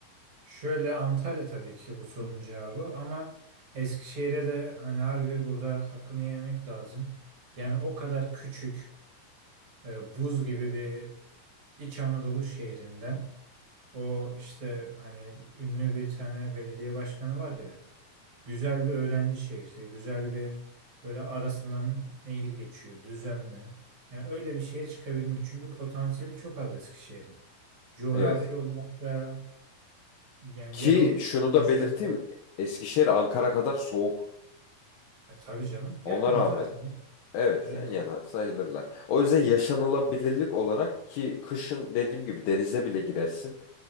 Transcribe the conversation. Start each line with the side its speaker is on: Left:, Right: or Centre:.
Right: şöyle Antalya tabii ki bu sorunun cevabı ama Eskişehir'e de hani harbi burada hakkını yemek lazım. Yani o kadar küçük e, buz gibi bir İç Anadolu şehrinden o işte hani ünlü bir tane belediye başkanı var ya güzel bir öğrenci şehri, güzel bir böyle arasından nehir geçiyor düzenli. Yani öyle bir şehir çıkabilmiş çünkü potansiyeli çok az Eskişehir'in. Coğrafi
Left: Evet.
Right: olarak da yani
Left: Ki
Right: yer o
Left: şunu da belirteyim.
Right: şey olarak
Left: Eskişehir Ankara kadar soğuk.
Right: e, tabii canım
Left: Ona
Right: yan yana
Left: rağmen
Right: zaten.
Left: evet
Right: Evet.
Left: yan yana sayılırlar. O yüzden yaşanılabilirlik olarak ki kışın dediğim gibi denize bile girersin.